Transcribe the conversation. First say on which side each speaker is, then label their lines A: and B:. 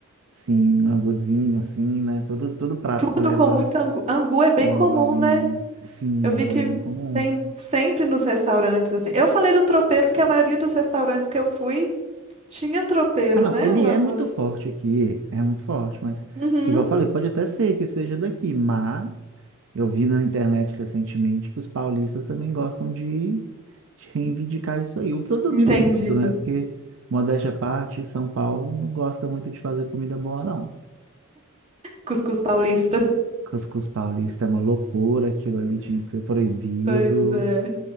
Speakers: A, on the right; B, on the right.
A: Sim, um angozinho, assim, né? Todo, todo prato
B: Tudo
A: que leva
B: com muita angu. Angu é bem
A: um
B: comum,
A: angozinho.
B: né?
A: Sim,
B: Eu
A: angu
B: vi que
A: é bem comum.
B: tem sempre nos restaurantes, assim. Eu falei do tropeiro porque a maioria dos restaurantes que eu fui tinha tropeiro,
A: Ah, não,
B: né?
A: ele
B: O arroz.
A: é muito forte aqui, é muito forte, mas,
B: Uhum.
A: igual eu falei, pode até ser que seja daqui, mas eu vi na internet recentemente que os paulistas também gostam de, de reivindicar isso aí, o que eu duvido
B: Entendi.
A: muito, né? Porque, modéstia à parte, São Paulo não gosta muito de fazer comida boa, não.
B: Cuscuz paulista.
A: Cuscuz paulista é uma loucura, aquilo ali
B: <laughs>
A: tinha que ser proibido,
B: Pois é.